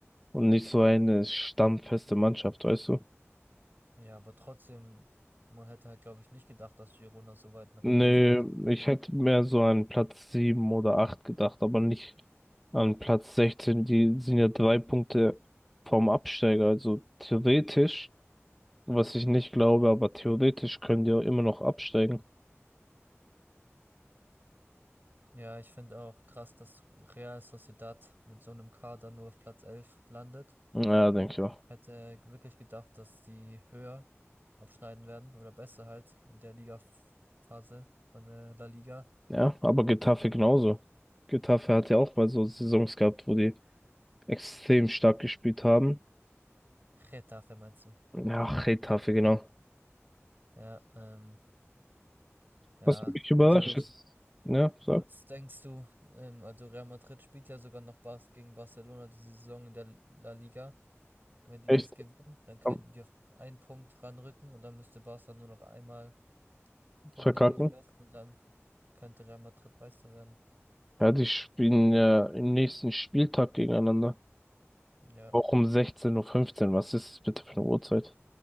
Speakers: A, in the centre; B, on the right.
A: und nicht so eine stammfeste Mannschaft, weißt du?
B: Ja, aber trotzdem, man hätte halt, glaube ich, nicht gedacht, dass Girona so weit nach
A: Nee,
B: unten fällt.
A: ich
B: Ja,
A: hätte mehr so an Platz 7 oder 8 gedacht, aber nicht an Platz sechzehn Die sind ja drei Punkte vom Absteiger. Also theoretisch, was ich nicht glaube, aber theoretisch können die auch immer noch absteigen.
B: Ja, ich finde auch krass, dass Real Sociedad mit so einem Kader nur auf Platz 11 landet.
A: Ja, denke ich auch.
B: Hätte wirklich gedacht, dass die höher abschneiden werden oder besser halt in der Liga-Phase von der La Liga.
A: Ja, aber Getafe genauso. Getafe hat ja auch mal so Saisons gehabt, wo die extrem stark gespielt haben.
B: Getafe meinst du?
A: Ja, Getafe, genau.
B: Ja, ähm, ja,
A: Was mich überrascht
B: also ich,
A: ist, ja,
B: was
A: sag.
B: denkst du? Ähm, also Real Madrid spielt ja sogar noch Bas gegen Barcelona diese Saison in der La Liga. Wenn die
A: Echt
B: das gewinnen, dann könnten
A: am
B: die auf einen Punkt ranrücken und dann müsste Barca nur noch einmal Punkte
A: Verkacken.
B: liegen lassen und dann könnte Real Madrid Meister werden.
A: Ja, die spielen ja im nächsten Spieltag gegeneinander.
B: Ja,
A: Auch um 16.15 Uhr. fünfzehn. Was ist das bitte für eine Uhrzeit?